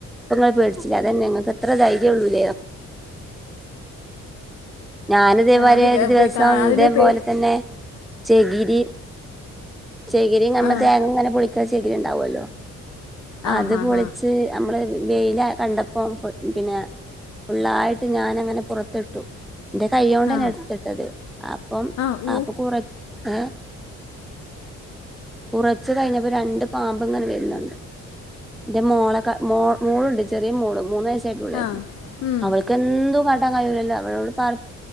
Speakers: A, in the centre; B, on the left.
A: പ്പങ്ങൾ പേടിച്ചില്ലേ അതന്നെ നിങ്ങക്ക് എത്ര ധൈര്യോള്ളൂല്ലേ ഞാനിതേ മാതിരി
B: അത്
A: ഒരു ദിവസം
B: പേ- കാ- അതിനെ
A: ഇതേപോലെ
B: പേടി
A: തന്നെ ചെകിരി ചെകിരി നമ്മ
B: ആ
A: തേങ്ങങ്ങനെ പൊളിക്ക്‌ന്ന ചകിരി ഇണ്ടാവല്ലോ
B: ആ
A: അത്
B: ഹാ
A: പൊളിച്ച്
B: ഹാ
A: നമ്മള് വെയില കണ്ടപ്പോം ഫു പിന്നെ ഫുള്ളായിട്ട് ഞാനങ്ങനെ പുറത്തിട്ടു ഇന്റെ കയോണ്ടന്നെ
B: ആ
A: എടുത്തിട്ടത് അപ്പം
B: ആ യു
A: ആപ്പ കുറ ഏഹ് കുറച്ച് കഴിഞ്ഞപ്പോ രണ്ട് പാമ്പ് ഇങ്ങനെ ണ്ട് ഉണ്ട് ഇന്റെ മോള മോളുണ്ട് ചെറിയ മോള് മൂന്ന വയസ്സ് ഉള്ളായ്യിന്ന്
B: ആ ഉം,
A: അവൾക്ക് എന്തും പട്ടാൻ കഴലല്ലോ അവളോട് പറ